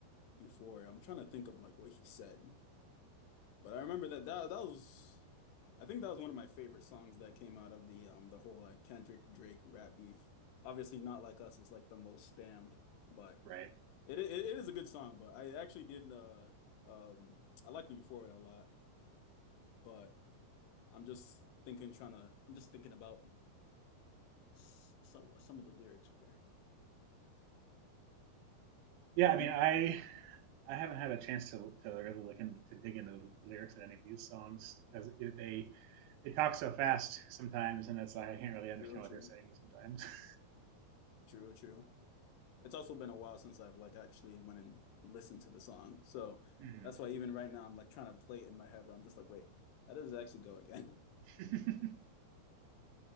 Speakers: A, on the left (about 80°); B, on the right (about 75°).
A: Euphoria. I'm trying to think of like what he said. But I remember that that that was I think that was one of my favorite songs that came out of the um the whole like Kendrick Drake rap beef. Obviously Not Like Us is like the most spammed, but
B: right?
A: it it, it is a good song, but I actually did uh um I liked Euphoria a lot, but I'm just thinking trying to I'm just thinking about s- so what some of the lyrics were.
B: Yeah,
A: But
B: I
A: do
B: mean,
A: you
B: I
A: have a
B: I haven't had a chance to to really look in, to dig into the lyrics of any of these songs because they they talk so fast sometimes, and it's like I can't really understand
A: true, true,
B: what they're saying sometimes. <laughs>
A: true, true. It's also been a while since I've like actually went and listened to the song. So
B: Mhm.
A: that's why even right now I'm like trying to play it in my head, but I'm just like, wait, how does it actually go again?
B: <laughs>